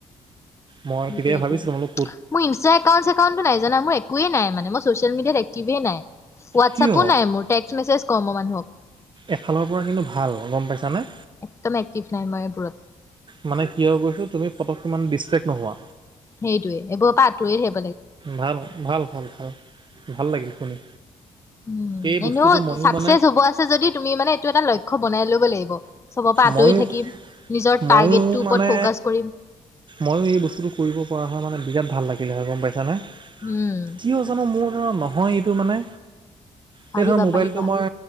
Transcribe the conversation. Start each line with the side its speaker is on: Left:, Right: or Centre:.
Right: মই
Left: সেইটোৱেটো।
Right: তেতিয়া ভাবিছো। <unintelligible>
Left: মোৰ ইনষ্টা একাউন্ট চেকাউনটো নাই জানা? মোৰ একোৱে নাই মানে। মই চচিয়েল মেডিয়াত এক্টিভে নাই। হোৱাটছআপো
Right: কিয়
Left: নাই মোৰ। টেক্স মেছেজ কওঁ মও মানুহক।
Right: এফালৰ পৰা কিন্তু ভাল, গম পাইছানে?
Left: একদম এক্টিভ নাই মই এইবোৰত।
Right: মানে কিয় কৈছো তুমি পতকে ইমান ডি্চটেক্ট নোহোৱা।
Left: সেইটোৱে এইবোৰ পা আতৰি হে
Right: ভাল ভাল ভাল ভাল। ভাল লাগিল শুনি।
Left: উম,
Right: এই বস্তুটো
Left: এনেও
Right: ময়ো
Left: চাকচেছ
Right: মানে
Left: হব আছে যদি তুমি মানে এইটো এটা লক্ষ্য বনাই লব লাগিব। চবৰ পৰা আঁতৰি
Right: ময়ো
Left: থাকিম নিজৰ
Right: ময়ো
Left: টাৰ্গেটটো ওপৰত
Right: মানে
Left: ফকাচ কৰিম।
Right: ময়ো এই বস্তুটো কৰিব পৰা হয় মানে বিৰাট ভাল লাগিলে হয়, গম পাইছানে?
Left: উম।
Right: কিয় জানো মোৰ <unintelligible> নহয় এইটো মানে।
Left: পাৰিবা
Right: সেই ধৰ মোবাইলটো
Left: পাৰিবা
Right: মই,